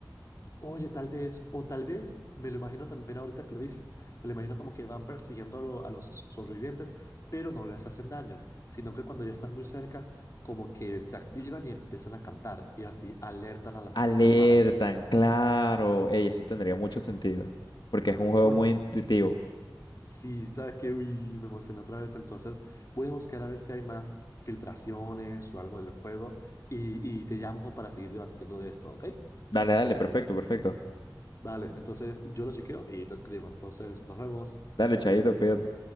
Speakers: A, on the left; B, on the left.
A: Oye, tal vez, o tal vez, me lo imagino también ahorita que lo dices, me lo imagino como que van persiguiendo a, lo- a los sobrevivientes, pero no les hacen daño, sino que cuando ya están muy cerca, como que se activan y empiezan a cantar y así alertan al asesino
B: Alertan,
A: para ir.
B: claro. Ey, eso tendría mucho sentido. Porque es un juego
A: Oye,
B: muy intuitivo.
A: Sí, sabes que, uy, me emocioné otra vez. Entonces, voy a buscar a ver si hay más filtraciones o algo del juego y, y te llamo para seguir debatiendo de esto, ¿ok?
B: Dale, dale, perfecto, perfecto.
A: Vale, entonces yo lo chequeo y te escribo. Entonces, nos vemos.
B: Dale, Chaito, cuídate.